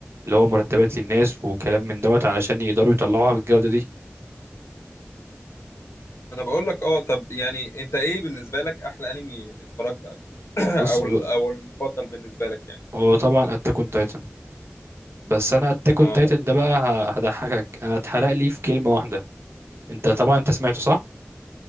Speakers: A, on the right; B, on the left.
A: اللي هو مرتبات للناس وكلام من دوت علشان يقدروا يطلعوها بالجودة دي
B: ما انا بقول لك اه طب يعني انت ايه بالنسبه لك احلى انمي اتفرجت عليه <laughs> <clears throat>
A: بص
B: او ال- او المفضل بالنسبه لك يعني
A: هو طبعا اتاك اون تايتن بس انا اتاك
B: اه
A: اون تايتن ده بقى ه- هضحكك انا اتحرق لي في كلمة واحدة انت طبعا انت سمعته صح؟